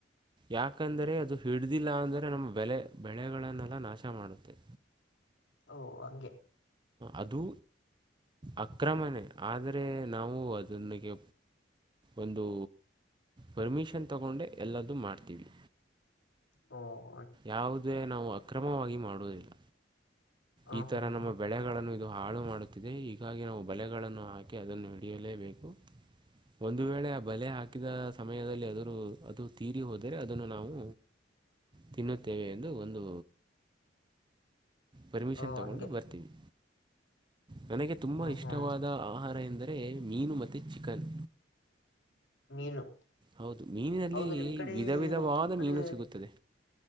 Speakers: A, on the right; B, on the left.
A: ಯಾಕಂದರೆೆ ಅದು ಹಿಡ್ದಿಲ್ಲ ಅಂದ್ರೆ ನಮ್ಮ ಬೆಲೆ ಬೆಳೆಗಳನ್ನೆಲ್ಲ ನಾಶ ಮಾಡುತ್ತೆ
B: ಓ ಹಂಗೆ
A: ಅದು ಅಕ್ರಮಣೆ ಆದರೆ ನಾವು ಅದನಗೆ ಒಂದು ಪರ್ಮಿಷನ್ ತಗೊಂಡೆ ಎಲ್ಲದ್ದೂ ಮಾಡ್ತೀವಿ
B: ಹ
A: ಯಾವುದೇ ನಾವು ಅಕ್ರಮವಾಗಿ ಮಾಡುವುದಿಲ್ಲ
B: ಹ
A: ಈ
B: ಹಾ
A: ತರ
B: ಹಾ
A: ನಮ್ಮ
B: ಹ
A: ಬೆಳೆಗಳನ್ನು ಇ ಹಾಳು ಮಾಡುತ್ತಿದೆ ಹೀಗಾಗಿ ನಾವು ಬಲೆಗಳನ್ನು ಹಾಕಿ ಅದನ್ನು ಹಿಡಿಯಲೇಬೇಕು ಒಂದು ವೇಳೆ ಆ ಬಲೆ ಹಾಕಿದ ಸಮಯದಲ್ಲಿ ಅದರ ಅದು ತೀರಿ ಹೋದರೆ ಅದನ್ನು ನಾವು
B: <unintelligible>
A: ತಿನ್ನುತ್ತೇವೆ ಎಂದು ಒಂದು ಪರ್ಮಿಷನ್
B: ಓ
A: ತೊಗೊಂಡು
B: ಹಂಗೆ
A: ಬರ್ತೀವಿ ನನಗೆ ತುಂಬ
B: ಹ್ಮ್
A: ಇಷ್ಟವಾದ
B: ಹ್ಮ್
A: ಆಹಾರ ಎಂದರೆ ಮೀನು ಮತ್ತು ಚಿಕನ್
B: ಮೀನು
A: ಹೌದು ಮೀನಿನಲ್ಲಿ
B: ಹೌದು ನಿಮ್ ಕಡೆ
A: ವಿಧ ವಿಧವಾದ
B: ನಿಮ್ ಕಡೆ
A: ಮೀನು ಸಿಗುತ್ತದೆ